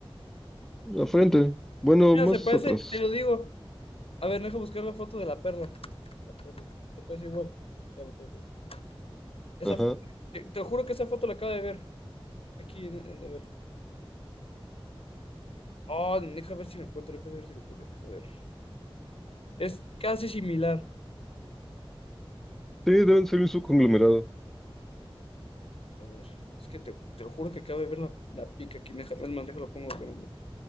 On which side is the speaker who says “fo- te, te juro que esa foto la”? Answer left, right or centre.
Left